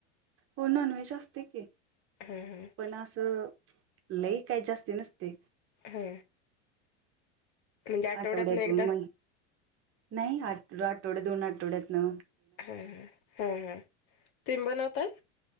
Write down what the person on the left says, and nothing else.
हा हा
हा. म्हणजे
ना एकदा
हा हा हा तुम् बनवताय.